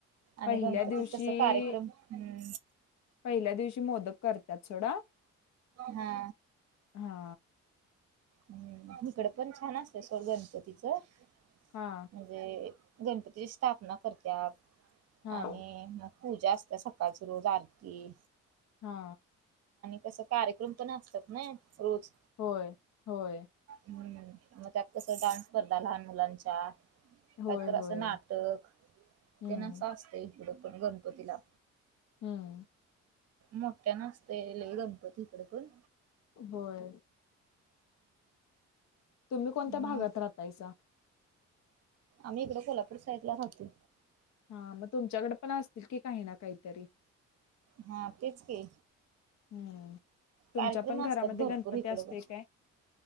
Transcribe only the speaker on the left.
पहिल्या
दिवशी
पहिल्या दिवशी मोदक करतात सोडा
हा
हा
हा
हा
होय होय
होय
होय
हम्म
हम्म
होय तुम्ही कोणत्या
भागात राहतायसा
हा मग तुमच्याकड पण असतील कि काही ना काहीतरी
हम्म तुमच्या
पण घरामध्ये
गणपती
असतोय
काय?